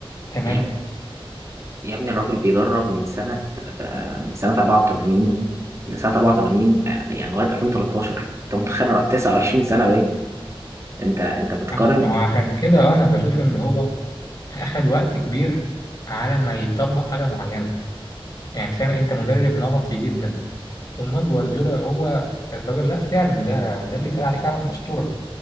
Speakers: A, on the left; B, on the right.
A: تمام
B: يا, يا ابني الراجل بيدرب من سنه آه من سنه 84 من سنه 84 آه يعني لغايه 2013 انت متخيل 29 سنه باين انت انت بتقارن
A: عم- ما هو عشان كده آه، أنا بشوف إن هو أخد وقت كبير على ما يطبق حاجة معينة يعني فاهم أنت مدرب نمطي جدا أمال جوارديولا هو الراجل لأ فعلا ده ده اللي اتقال عليه فعلا أسطورة